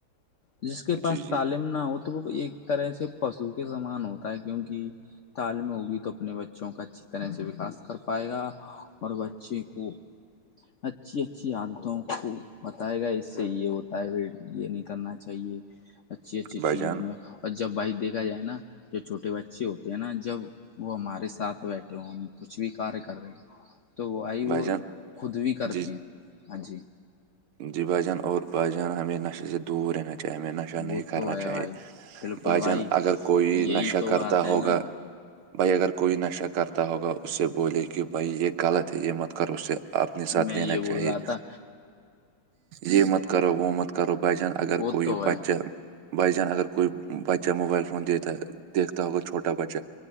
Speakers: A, on the left; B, on the right.
A: جس کے پاس
B: جی جی
A: تعلیم نہ ہو تو وہ ایک طرح سے پشو کے سامان ہوتا ہے کیونکہ تالم ہوگئی تو اپنے بچوں کا اچھی طرح سے وکاس کر کر پائے گا اور بچے کو اچھی اچھی عادتوں کو بتائے گا اس سے یہ ہوتا ہے پھر یہ نہیں کرنا چاہیے اچھی اچھی
B: بھائی
A: چیزوں
B: جان
A: میں اور جب بھائک دیکھا جائے نا جو چھوٹے بچے ہوتے ہیں نا جب وہ ہمارے ساتھ بیٹھے ہو ہم کچھ کچھ بھی کاریہ کر رہے ہیں تو وہ آئی
B: بھائی
A: وہ
B: جان
A: خود بھی کرتے
B: جی
A: ہیں ہاں جی
B: جی بھ جان اور بائیحان ہمیں نشے سے دور رہنا چاہیے ہمیں ن نشہ نہیں
A: وہ
B: کرنا
A: تو ہے
B: چاہیے
A: بھائی بالکل
B: بھائی جان اگر کوئی
A: یہی
B: نشہ
A: تو
B: کرتا
A: بات ہے
B: ہوگا
A: نا
B: بھائی اگر کوئی نشہ کرتا ہوگا اس سے بولے کہ بھائی یہ غلط ہے یہ مت کرو اس سے اپنے ساتھ
A: میں
B: لینا
A: یہ بول
B: چاہیے
A: رہا تھا
B: یہ مت کرو وہومت کرو بجن اگر
A: وہ
B: کوئی
A: تو
B: بچہ
A: ہے
B: بائی جان اگر کوئی بچہ موبائل فون دیتا ہے دیکھتا ہوگا چھوٹا بچہ